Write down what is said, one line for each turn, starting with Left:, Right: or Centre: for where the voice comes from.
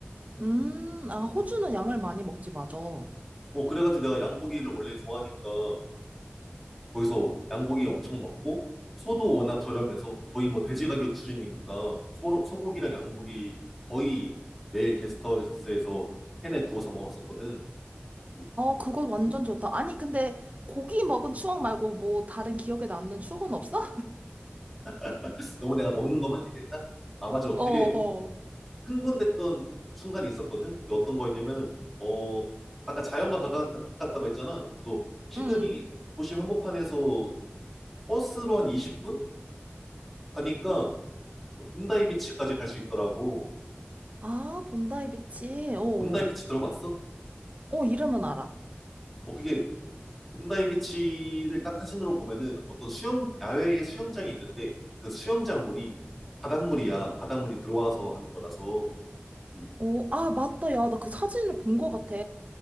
Right: 음,
Centre: 음.
Right: 아, 호주는 양을 많이 먹지, 맞아. 어,
Centre: 어, 그래가지고 내가 양고기를 원래 좋아하니까 거기서 양고기 엄청 먹고 소도 워낙 저렴해서 거의 뭐 돼지 가격 수준이니까 소, 소고기랑 양고기 거의 매일 게스트하우스에서 팬에 구워서 먹었었거든. 음.
Right: 그거 완전 좋다. 아니, 근데 고기 먹은 추억 말고 뭐 다른 기억에 남는 추억은 없어?
Centre: <laughs> 너무 내가 먹는 것만 얘기했나? 아, 맞아.
Right: <laughs>
Centre: 되게
Right: 어, 어.
Centre: 흥분됐던 순간이 있었거든. 근데 어떤 거였냐면은, 어, 아까 자연과 가깝, 가깝다고 했잖아. 그래서 시드니
Right: 응.
Centre: 도시 한복판에서 버스로 한 20분? 가니까 본다이 비치까지 갈 수 있더라고.
Right: 아, 본다이 비치. 어, 어,
Centre: 본다이 비치 들어봤어?
Right: 어, 이름은 알아.
Centre: 어, 그게 홈다이 비치를 딱 사진으로 보면은 어떤 수영, 야외에 수영장이 있는데 그 수영장 물이 바닷물이야. 바닷물이 들어와서 하는 거라서. 음.
Right: 어, 아, 맞다. 야, 나 그 사진을 본 것 같아.